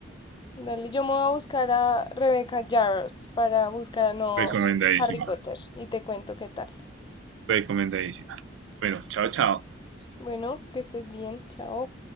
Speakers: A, on the left; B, on the right.
A: Dale, yo me voy a buscar a Rebecca Yarros para buscar a no
B: Recomendadísima,
A: Harry Potter y te cuento qué tal.
B: recomendadísima. Bueno, chao, chao.
A: Bueno, que estés bien. Chao.